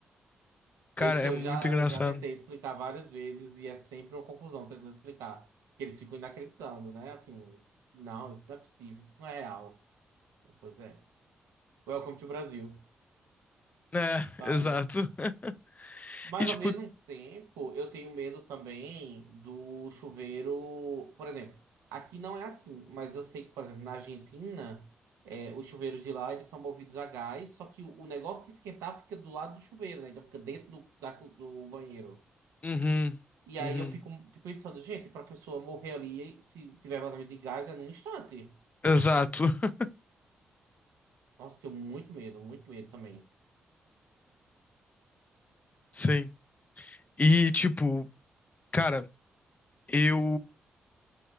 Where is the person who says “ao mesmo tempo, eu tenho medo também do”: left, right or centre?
Right